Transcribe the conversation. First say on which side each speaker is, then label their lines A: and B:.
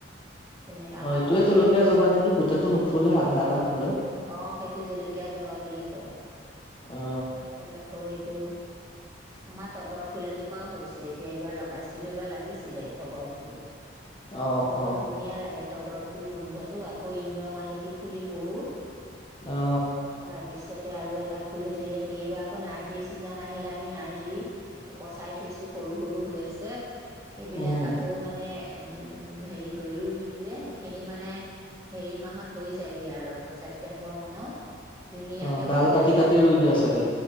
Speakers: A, on the right (about 15°); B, on the left (about 25°).
A: তেনেকুৱা,
B: অ
A: আমাৰ
B: এইটোয়ে
A: ঘৰত সেইটো
B: জলকীয়া জবা নেকি গোটেইটো নুফুলে আধা আধা ফুলে
A: অ সেইটো জলকীয়া জবাব বুলি কয়।
B: অ
A: আমাৰ ঘৰত সেইটো আছে। আমাৰ তগৰ ফুল এজোপাও হৈছে। এইকেইবাৰ লগাইছিলো, লাগিছিলে তগৰ ফুল।
B: অ
A: বৰ
B: অ
A: ধুনিয়া লাগে। তগৰ ফুল গোন্ধ টো, আকৌ ইন্দ্ৰমালতী ফুলিল বহুত।
B: অ
A: তাৰপিছত আৰু এটা ফুলিছিল, কিবা! আকৌ, নাৰ্জী ছিজন আহিলে নাৰ্জী পচাই থৈছোঁ। সৰু, সৰু হৈ আছে। সেইবিলাক
B: উম
A: আকৌ মানে এম্! হেৰি কৰি দিলে, সেইখিনি মানে হেৰি মাহত হৈ যায় গৈ আৰু, ছেপ্টেম্বৰ মানত। ধুনীয়া
B: অ
A: কে
B: ডাল
A: ফুলিব
B: কাটি কাটি
A: আৰু তেতিয়া।
B: ৰুই দিয়া চাগে